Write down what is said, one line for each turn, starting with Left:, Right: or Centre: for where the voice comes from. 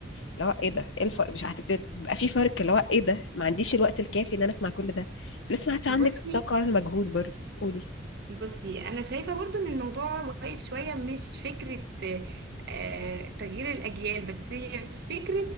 Left: اللي هو ايه ده ايه الفرق مش هتبتدي بقى في فرق اللي هو ايه ده ما عنديش الوقت الكافي ان انا اسمع كل ده لسه ما عادش عندك
Right: <laughs> بصي
Left: الطاقه ولا المجهود برضه قولي
Right: بصي انا شايفه برضو ان الموضوع واقف شويه مش فكره آه، تغيير الاجيال بس هي فكره